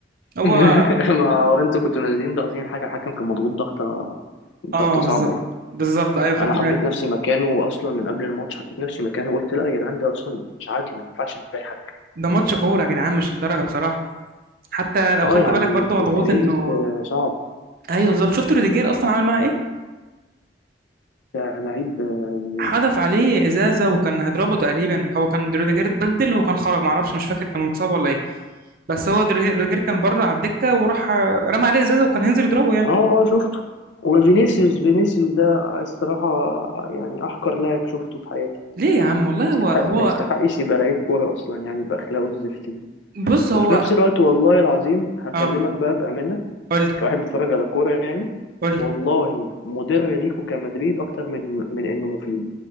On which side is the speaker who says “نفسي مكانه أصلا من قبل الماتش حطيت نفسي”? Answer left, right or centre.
Left